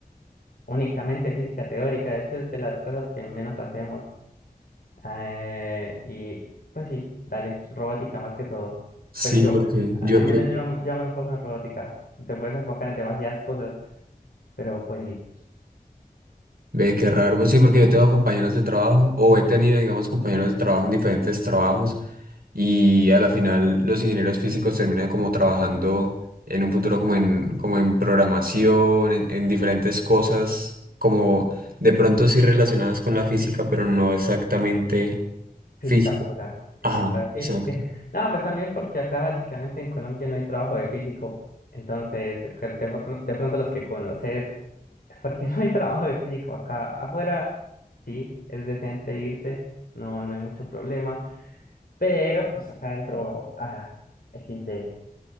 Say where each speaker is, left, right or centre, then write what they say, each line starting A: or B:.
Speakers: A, on the left; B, on the right.
A: únicamente física teórica, de hecho es de las cosas que menos hacemos. eh, y pues sí, dale, robótica más que todo.
B: Sí,
A: Pues yo,
B: porque
A: a-
B: yo,
A: al
B: yo,
A: menos yo, me- yo me enfoco en robótica, te puedes enfocar en demasiadas cosas, pero pues sí.
B: ve qué raro. pues Sí, porque yo tengo compañeros de trabajo, o he tenido, digamos, compañeros de trabajo en diferentes trabajos, y a la final los ingenieros físicos terminan como trabajando en un futuro como en, como en programación, en, en diferentes cosas, como de pronto sí relacionadas con la física, pero no exactamente
A: Física
B: física.
A: pura. Epa,
B: Ajá,
A: sí,
B: exacto.
A: sí, sí. No, pues también porque acá básicamente en Colombia no hay trabajo de físico. Entonces, que de, pronto- de pronto los que conoces es porque <laughs> no hay trabajo de físico acá. Afuera, sí, es decente irse, no, no hay mucho problema. Pero pues acá adentro, ah, equis de,